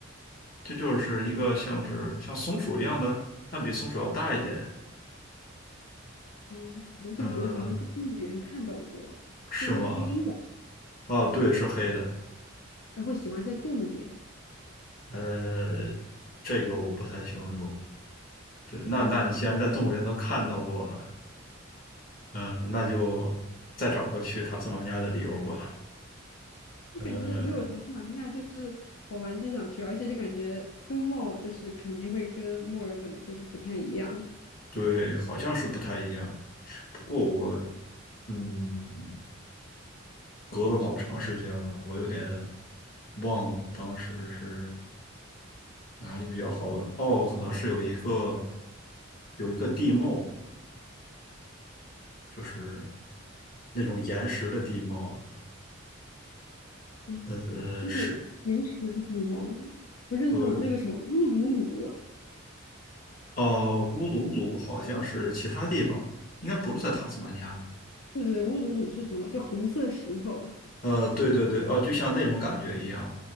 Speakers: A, on the left; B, on the left.
A: 这就是一个像是像松鼠一样的，但比松鼠要大一点。
B: 嗯，我感觉我好像在动物园看到过，
A: 嗯，是吗？
B: 是不是黑的？
A: 啊，对，是黑的。
B: 然后喜欢在洞里，
A: 呃，这个我不太清楚。对，那那你既然在动物园都看到过了，
B: 嗯，
A: 嗯，那就再找个去塔斯马尼亚的理由吧。
B: 我感觉没有塔斯马尼亚就是好玩就想去，
A: 呃，
B: 而且就感觉风貌就是肯定会跟墨尔本就是不太一样，
A: 对，好像是不太一样。不过我，嗯，隔了老长时间了，我有点忘了当时是哪里比较好玩。哦，可能是有一个有一个地貌，就是那种岩石的地貌。
B: 嗯
A: 呃，
B: 那种岩石的地方，
A: 是，
B: 不是那种那个什么乌鲁鲁，
A: 对，呃，乌鲁鲁好像是其他地方，应该不是在塔斯马尼亚吧？
B: 对对对乌鲁鲁是什么？就红色石头。
A: 呃，对对对，呃，就像那种感觉一样，